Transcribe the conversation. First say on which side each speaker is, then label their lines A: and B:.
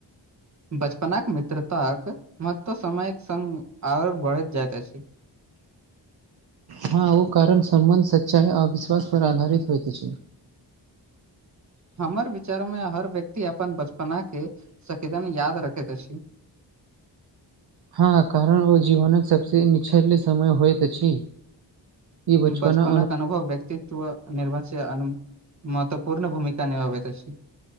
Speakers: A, on the right; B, on the right.
A: बचपनक मित्रताक महत्व समयक संग और बढ़ैत जाइत अछि
B: हँ ओ कारण सम्बन्ध सच्चाइ अ विश्वास पर आधारित होयइते छै
A: हमर विचार मे हर व्यक्ति अपन बचपना के सकेदन याद रखैत अछि
B: हँ कारण ओ जीवनक सबसे निछल्य समय होइत अछि ई बचपना
A: बचपनक अनुभव व्यक्ति <unintelligible> आ महत्वपूर्ण भूमिका निभाबैत अछि